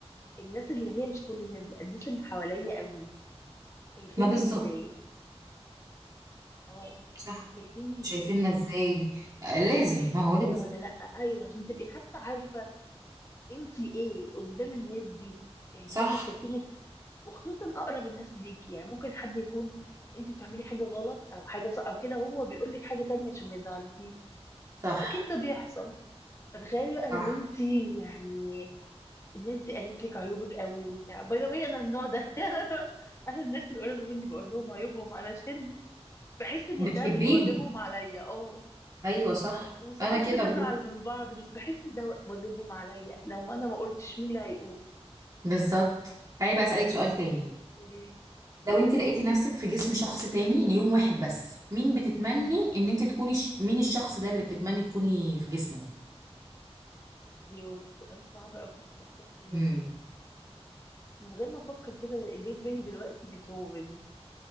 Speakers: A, on the left; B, on the right.
A: الناس اللي هي مش كل الناس بقى الناس اللي حواليا قوي شايفيني
B: ما بالظبط
A: إزاي اه
B: صح
A: شايفيني
B: شايفيننا
A: إزاي
B: ازاي آه، لازم
A: بيحبونا
B: ما هو لازم
A: ولا لأ أيوه عشان تبقي حتى عارفة أنتي إيه قدام الناس دي يعني
B: صح
A: هم شايفينك وخصوصا اقرب الناس ليك يعني ممكن حد يكون انت بتعملي حاجه غلط او حاجه صح او كده هو بيقول لك حاجه تانية عشان ما يزعلكيش
B: صح
A: واكيد ده بيحصل فتخيلي بقى لو
B: صح
A: انت يعني الناس دي قالت لك عيوبك قوي وبتاع باي ذا واي انا النوع ده <laughs> انا الناس اللي قريبه مني بقول لهم عيوبهم علشان بحس ان
B: بتحبيهم
A: ده من واجبهم عليا اه
B: ايوه صح
A: وساعات
B: انا كده
A: بنزعل
B: برضه
A: من بعض بس بحس ان ده واجبهم عليا لو ما انا ما قلتش مين اللي هيقول
B: بالظبط تعالي بقى اسالك سؤال تاني
A: قولي لي،
B: لو انت لقيتي نفسك في جسم شخص تاني ليوم واحد بس مين بتتمني ان انت تكوني ش... مين الشخص ده اللي بتتمني تكوني في جسمه
A: ايوه ده سؤال صعب قوي محتاج تفكير
B: امم
A: بس من غير ما افكر كده جه في بالي دلوقتي بيتهوفن